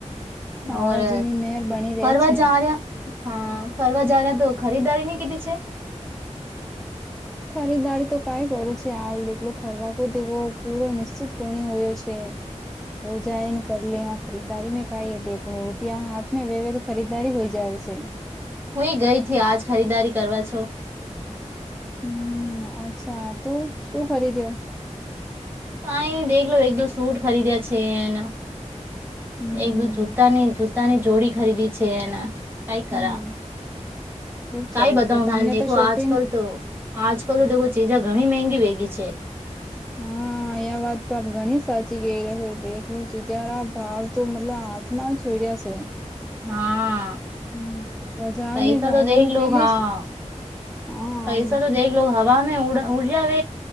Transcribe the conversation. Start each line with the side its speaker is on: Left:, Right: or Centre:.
Centre: સામળાજીની
Right: ઓર
Centre: મેયર બની રહે
Right: ફરવા
Centre: છે
Right: જા રહ્યા હા ફરવા જના તો ખરીદારી ની કીધી છે <inaudible>
Centre: ખરીદારી તો કઈ કરું છે હાલ દલો ફરવા કોય તેવો પૂરો નિશ્ચિત કોણી હોયો છે
Right: <inaudible>
Centre: હો જાય ને કર લે હ ખરીદદારી મે કઈ દેખ લું પ્યા હાથ વેવે તો ખરીદારી હોઈ જાય છે
Right: હું એ ગઈ થી આજ ખરીદારી કરવા છો
Centre: હમ અચ્છા તોું શું ખરીદ્યો
Right: કઈ દેખલો એકદ સૂટ ખરીદ્યા છે એને
Centre: હમ્મ
Right: એક દ જૂતાની જ પોતાની જોડી ખરીદી છે એને કઈ કરા
Centre: હમ્મ ખુબ
Right: કઈ
Centre: સરસ
Right: બતાવ
Centre: તો તમને
Right: ત દેખો
Centre: તો શોપિંગ
Right: આજ કલ તો આજ કલ તો ચીજા ઘણી મગી વેગી છે
Centre: હા અંયા વાત તો આપ ઘણી સાચી કે ર છ દેલું ચીજારા ભાવ તો મતલબ સમાન છરી છે
Right: હા
Centre: હમ્મ બજાર
Right: પૈસા
Centre: મે જાવાનું
Right: તો દેખ લો
Centre: પેલી
Right: હા
Centre: હા
Right: પૈસા
Centre: મતલબ
Right: તો દેખ લો હવામાં ઉડ્યા વ